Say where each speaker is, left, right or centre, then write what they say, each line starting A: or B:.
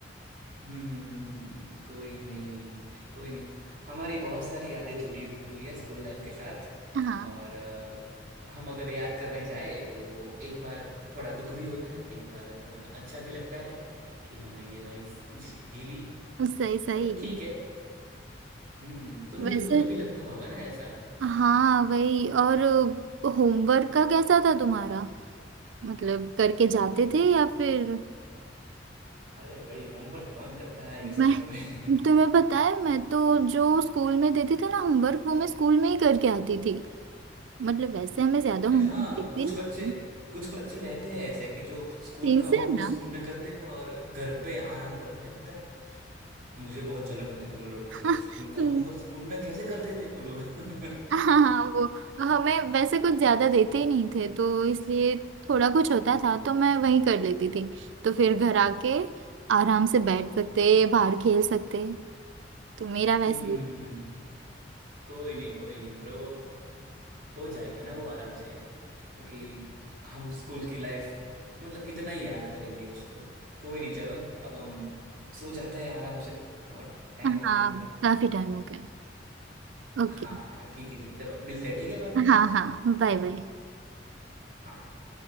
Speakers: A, on the right; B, on the right.
A: हम्म हम्म, कोई नहीं कोई नहीं हमारी बहुत सारी यादें जुड़ी हुई है स्कूल लाइफ के साथ
B: हाँ
A: और अ, हम अगर याद करने जाए तो एक बार थोड़ा दुख भी होता है एक बार थोड़ा अच्छा भी लगता है कि हमने ये लाइफ जी ली
B: सही सही
A: पर ठीक
B: है
A: है हम्म तुम
B: वैसे
A: भी तुम्हें भी लगता होगा ना ऐसा
B: हाँ वही और होमवर्क का कैसा था तुम्हारा मतलब करके जाते थे या फिर
A: अरे भाई होमवर्क कौन करता है इस
B: मैं
A: दिनों में <laughs>
B: तुम्हें पता है मैं तो जो स्कूल में देती थी ना होमवर्क वो मैं स्कूल में ही करके आती थी मतलब वैसे हमें ज्यादा
A: अरे
B: होमवर्क
A: हाँ
B: देती
A: कुछ
B: नहीं
A: बच्चे
B: थी
A: कुछ बच्चे रहते हैं ऐसे कि जो स्कूल
B: तीन
A: का होमवर्क
B: से है ना
A: स्कूल में करते हैं और घर पे आराम करते हैं पता है मुझे बहुत जलन होती थी उन लोगों
B: <laughs>
A: से कि स्कूल का होमवर्क स्कूल में कैसे करते थे वो लोग <laughs> हम्म
B: हाँ हाँ, हाँ, वो हमें वैसे कुछ ज्यादा देते ही नहीं थे तो इसलिए थोड़ा कुछ होता था तो मैं वही कर लेती थी तो फिर घर आके आराम से बैठ सकते बाहर खेल सकते तो मेरा
A: हम्म,
B: वैसे
A: हम्म,
B: ही
A: कोई नहीं कोई नहीं ब्रो हो जाएगा ना वो आराम से क्योंकि हम स्कूल की लाइफ मतलब कितना ही याद करेंगे उसको कोई नहीं चलो अब हम सो जाते हैं आराम से बहुत टाइम
B: हाँ
A: हो गया हमारा
B: काफी टाइम हो गया ओके
A: हाँ हाँ ठीक है ठीक है चलो मिलते हैं ठीक है बाद में
B: हाँ हाँ बाय बाय
A: हाँ हाँ